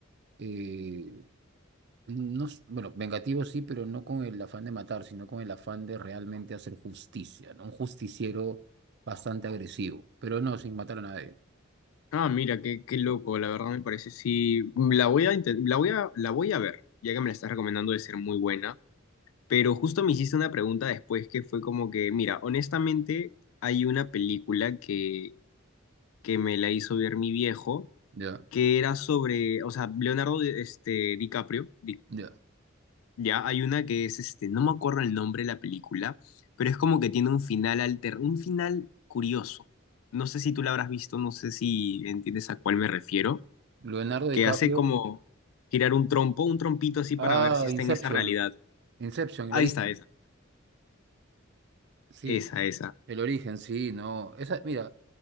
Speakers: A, on the right; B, on the left.
A: eh, no, s- bueno, vengativo sí, pero no con el afán de matar, sino con el afán de realmente hacer justicia, ¿no? Un justiciero bastante agresivo, pero no sin matar a nadie.
B: Ah, mira, qué, qué loco, la verdad me parece. Sí, mm, la voy a, inten- la voy a, la voy a ver, ya que me la estás recomendando de ser muy buena. Pero justo me hiciste una pregunta después que fue como que, mira, honestamente hay una película que, que me la hizo ver mi viejo,
A: Ya,
B: que era sobre, o sea, Leonardo este, DiCaprio, Di-
A: ya.
B: ya, hay una que es, este, no me acuerdo el nombre de la película, pero es como que tiene un final alter, un final curioso. No sé si tú la habrás visto, no sé si entiendes a cuál me refiero
A: Leonardo DiCaprio.
B: que hace como girar un trompo, un trompito así para
A: Ah,
B: ver si está
A: Inception.
B: en esa realidad.
A: Inception, el
B: Ahí
A: origen.
B: está esa,
A: Sí,
B: esa, esa.
A: el origen, sí, no. Esa, mira,